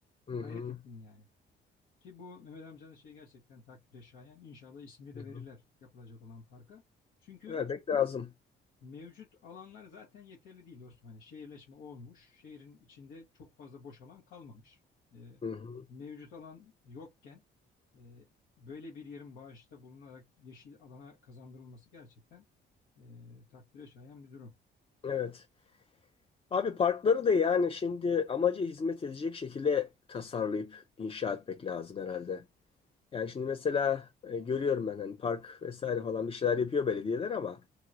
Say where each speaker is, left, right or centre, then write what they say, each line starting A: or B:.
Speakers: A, on the left; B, on the left.
A: hı
B: Hayret
A: hı,
B: ettim yani. Ki bu Mehmet amcanın şey gerçekten takdire şayan. İnşallah ismini de
A: hı
B: verirler
A: hı.
B: yapılacak olan parka. Çünkü
A: Vermek lazım.
B: Mevcut alanlar zaten yeterli değil Osmanlı. Şehirleşme olmuş. Şehrin içinde çok fazla boş alan kalmamış. E,
A: Hı hı.
B: mevcut alan yokken e, böyle bir yerin bağışta bulunarak yeşil alana kazandırılması gerçekten e, takdire şayan bir durum.
A: Evet. Abi parkları da yani şimdi amaca hizmet edecek şekilde tasarlayıp inşa etmek lazım herhalde. Yani şimdi mesela e, görüyorum ben hani park vesaire falan bir şeyler yapıyor belediyeler ama